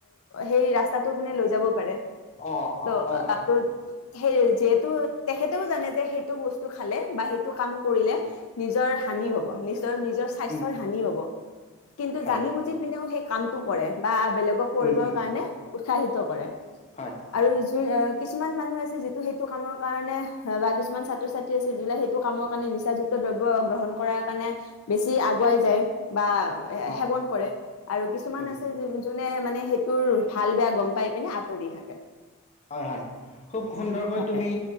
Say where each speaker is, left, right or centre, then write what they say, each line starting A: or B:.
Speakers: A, on the left (about 85°); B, on the left (about 35°).
A: সেই ৰাস্তাটো পিনে লৈ যাব পাৰে।
B: অঁ-অঁ,
A: ত'
B: হয়-হয়।
A: আৰু সেই যিহেতু তেখেতেও জানে যে সেইটো বস্তু খালে, বাহ সেই কাম কৰিলে
B: উম
A: নিজৰ হানি হ'ব, নিশ্চ তৰ নিজৰ স্বাস্থ্যৰ
B: উম
A: হানি হ'ব। কিন্তু
B: হয়
A: জানি বুজি পিনেও সেই কামটো কৰে বা বেলেগক কৰিবৰ
B: উম উম
A: কাৰণে উৎসাহিত কৰে।
B: হয়
A: আৰু কিছুমান মানুহ আছে, যিটো সেইটো কামৰ কাৰণে বা কিছুমান ছাত্ৰ-ছাত্ৰী কি আছিল জোনেহে সেইটো কামৰ কাৰণে নিচাযুক্ত দ্ৰব্য গ্ৰহণ কৰাৰ কাৰণে বেছি আগুৱাই যায়। বা
B: অ
A: সেৱন কৰে আৰু কিছুমান
B: উম
A: আছে জোনে মানে সেইটোৰ ভাল বেয়া গম পাই পিনে আঁতৰি থাকে।
B: হয়-হয় খুব সুন্দৰকৈ
A: হয়
B: তুমি